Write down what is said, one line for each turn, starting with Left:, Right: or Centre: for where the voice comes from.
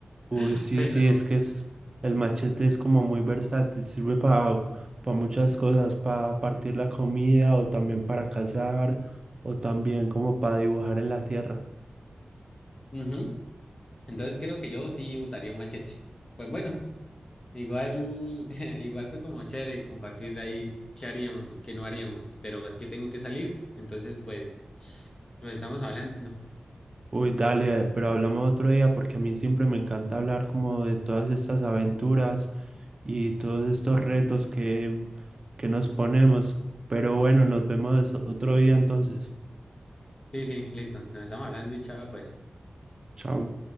Right: Uy,
Left: <laughs>
Right: sí,
Left: Pero,
Right: sí, es que es, el machete es como muy versátil, sirve para muchas cosas, para partir la comida o también para cazar o también como para dibujar en la tierra.
Left: ujú, Entonces creo que yo sí usaría un machete. Pues bueno. Igual, <laughs> igual fue como chévere compartir ahí qué haríamos y qué no haríamos, pero es que tengo que salir, entonces pues nos estamos hablando.
Right: Uy, dale, pero hablamos otro día porque a mí siempre me encanta hablar como de todas estas aventuras y todos estos retos que, que nos ponemos. Pero bueno, nos vemos otro día entonces.
Left: Sí, sí, listo, nos estamos hablando y chao, pues.
Right: Chao.